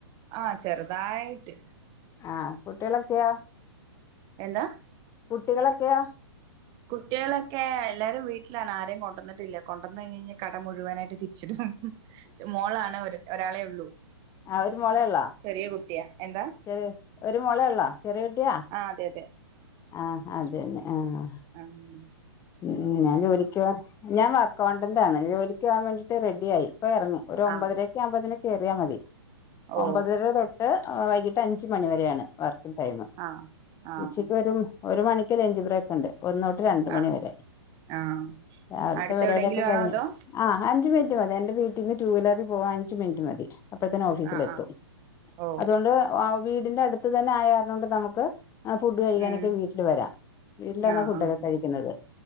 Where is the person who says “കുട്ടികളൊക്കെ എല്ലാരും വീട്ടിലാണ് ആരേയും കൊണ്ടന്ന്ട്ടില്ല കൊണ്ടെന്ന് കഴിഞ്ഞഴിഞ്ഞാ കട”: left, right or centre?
Right